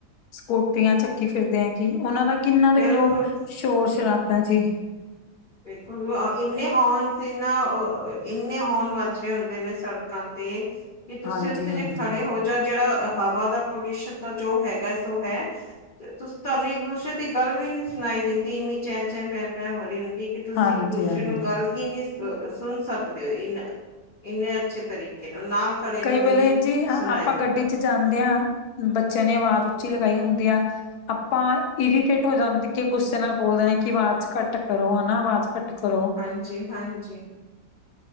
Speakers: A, on the left; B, on the left.
A: ਸਕੂਟਰੀਆਂ ਚੱਕੀ ਫਿਰਦੇ ਆ ਕਿ ਉਹਨਾਂ ਦਾ ਕਿੰਨਾ ਦੇਖ
B: ਬਿਲਕੁਲ
A: ਲਓ ਸ਼ੋਰ ਸ਼ਰਾਬ ਹੈ ਜੀ।
B: ਬਿਲਕੁਲ ਇੰਨੇ ਹੋਨ ਇਨਾ ਇੰਨੇ ਹੋਨ ਵੱਧ। ਹੁੰਦੇ ਨੇ ਸੜਕਾਂ ਤੇ। ਕਿ ਤੁਸੀਂ
A: ਹਾਂਜੀ
B: ਉੱਥੇ
A: ਹਾਂਜੀ
B: ਜੇ ਖੜੇ ਹੋ ਜਾਂ ਜਿਹੜਾ ਹਵਾ ਦਾ ਪੋਲਿਊਸ਼ਨ ਤਾਂ ਜੋ ਹੈਗਾ। ਹੈ ਸੋ ਹੈ ਤੇ ਤੁਹਾਨੂੰ ਇੱਕ ਦੂਸਰੇ ਦੀ ਗੱਲ ਵੀ ਨੀ ਸੁਣਾਈ ਦਿੰਦੀ ਇੰਨੀ ਚੈ ਚੈ ਪੈ ਪੈ ਹੋ ਰਹੀ ਹੁੰਦੀ। ਕਿ ਤੁਸੀਂ
A: ਹਾਂਜੀ
B: ਇੱਕ ਦੂਸਰੇ
A: ਹਾਂਜੀ
B: ਨੂੰ ਗੱਲ ਹੀ ਨਹੀਂ ਸੁਣ ਸਕਦੇ ਹੋ ਇ ਇੰਨੇ ਅੱਛੇ ਤਰੀਕੇ। ਨਾਲ ਨਾਲ ਖੜੇ
A: ਕਈ
B: ਨੂੰ
A: ਵੇਲੇ
B: ਵੀ ਨੀ
A: ਜੀ
B: ਸੁਣਾਈ
A: ਆਪਾਂ
B: ਦਿੰਦਾ
A: ਗੱਡੀ ਚ ਜਾਂਦੇ ਹਾਂ ਬੱਚਿਆਂ ਨੇ ਆਵਾਜ਼ ਉੱਚੀ ਲਗਾਈ ਹੁੰਦੀ। ਆਪਾਂ ਇਰੀਟੇਟ ਹੋ ਜਾਂ ਕੇ ਗੁੱਸੇ ਨਾਲ ਬੋਲਦੇ ਨੇ ਕਿ ਆਵਾਜ਼ ਘੱਟ ਕਰੋ ਹੈ ਨਾ ਆਵਾਜ਼ ਘੱਟ। ਕਰੋ
B: ਹਾਂਜੀ ਹਾਂਜੀ